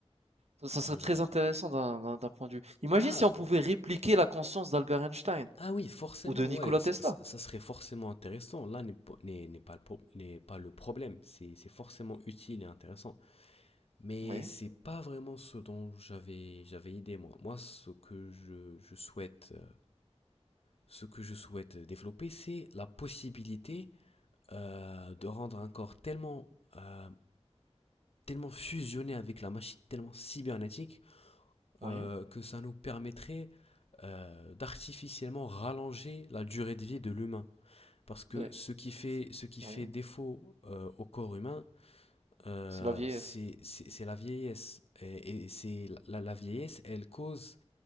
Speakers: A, on the right (about 70°); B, on the left (about 60°).
A: Ça ça serait
B: Hmm.
A: très intéressant d'un d'un d'un point de vue imagine
B: Ah,
A: si on pouvait répliquer la conscience d'Albert Einstein
B: Ah oui, forcément,
A: ou de Nikola
B: ouais, ça,
A: Tesla.
B: ça- ça serait forcément intéressant. Là n'est po- n'est- n'est pas, le pro- n'est pas le problème, c'est c'est forcément utile et intéressant. Mais
A: Oui,
B: c'est pas vraiment ce dont j'avais j'avais idée moi. Moi, ce que je, je souhaite euh, ce que je souhaite développer, c'est la possibilité euh, de rendre un corps tellement euh, tellement fusionné avec la machine, tellement cybernétique
A: oui,
B: euh, que ça nous permettrait euh, d'artificiellement rallonger la durée de vie de l'humain. Parce que
A: beh,
B: ce qui fait, ce qui fait
A: oui,
B: défaut euh, au corps humain, euh,
A: c'est la vieillesse.
B: c'est c'est- c'est la vieillesse. Et, et c'est la, la vieillesse, elle cause,